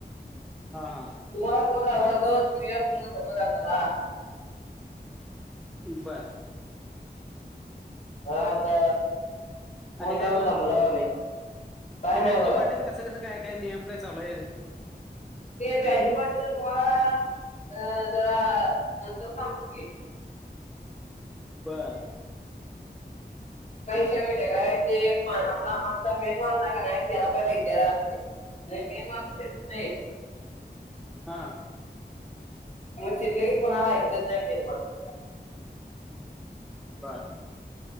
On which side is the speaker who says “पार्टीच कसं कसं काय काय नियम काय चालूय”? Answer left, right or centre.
Centre